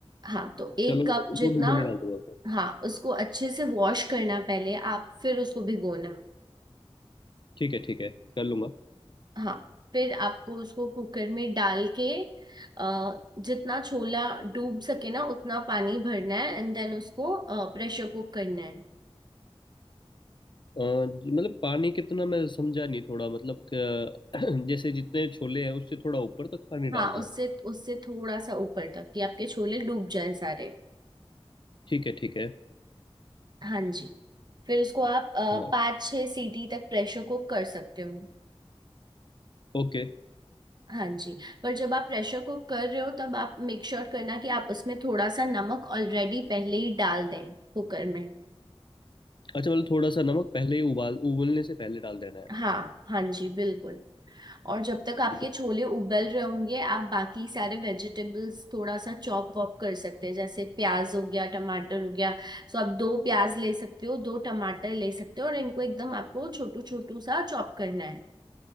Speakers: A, on the right; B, on the left.
A: हाँ तो एक
B: चलो
A: कप
B: वो
A: जितना
B: वो भी मैंने डाल दूंगा उसमें।
A: हाँ उसको अच्छे से वॉश करना पहले आप फिर उसको भिगोना
B: ठीक है ठीक है कर लूंगा
A: हाँ फिर आपको उसको कुकर में डाल के अ, जितना छोला डूब सके ना उतना पानी भरना है एंड देन उसको प्रेशर कुक करना है
B: अ, जी, मतलब पानी कितना मैं समझा नहीं थोड़ा मतलब क- <clears throat> जैसे जितने छोले हैं उससे थोड़ा ऊपर तक पानी
A: हाँ
B: डालना
A: उससे
B: है
A: उससे थोड़ा सा ऊपर तक कि आपके छोले डूब जाएं सारे
B: ठीक है ठीक है
A: हाँ जी फिर उसको आप अ,
B: हाँ
A: पाँच छः सीटी तक प्रेशर कुक कर सकते हो
B: ओके
A: हाँ जी पर जब आप प्रेशर कुक कर रहे हो तब आप मेक श्योर करना कि आप उसमें थोड़ा सा नमक ऑलरेडी पहले ही डाल दें कुकर में
B: अच्छा मतलब थोड़ा सा नमक पहले ही उबाल उबलने से पहले डाल देना है
A: हाँ हाँ जी बिल्कुल और जब तक आपके
B: ठीक है
A: छोले उबल रहे होंगे आप बाकी सारे वेजिटेबल्स थोड़ा सा चॉप वॉप कर सकते हैं जैसे प्याज हो गया टमाटर हो गया सो आप दो प्याज ले सकते हो दो टमाटर ले सकते हो और इनको एकदम आपको छोटू छोटू सा चॉप करना है